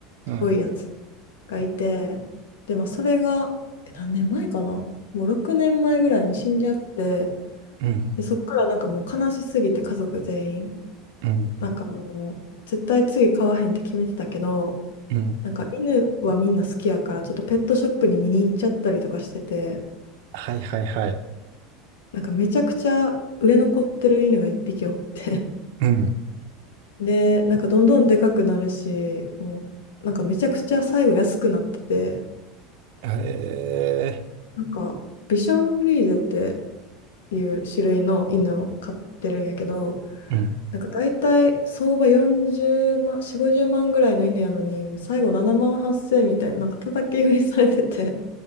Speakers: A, on the right (about 70°); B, on the left (about 85°).
A: うん。
B: すごいやつ。がいて、で、まあ、それが、え何年前かなもう6年前ぐらいに死んじゃって、
A: うん。
B: で、そっからなんかもう悲しすぎて家族全員、
A: うん。
B: なんかもう絶対次飼わへんって決めてたけど、
A: うん。
B: なんか犬はみんな好きやから、ちょっとペットショップに見に行っちゃったりとかしてて、
A: はいはいはい。
B: なんかめちゃくちゃ売れ残ってる犬が一匹おって、
A: うん。
B: <laughs> で、なんかどんどんでかくなるし、もうなんかめちゃくちゃ最後安くなってて、
A: へえ
B: なんかビションフリーゼっていう種類の犬を飼ってるんやけど、
A: うん、
B: なんか大体相場40万、4、50万ぐらいの犬やのに、もう最後7万8千みたいな、なんか叩き売りされてて、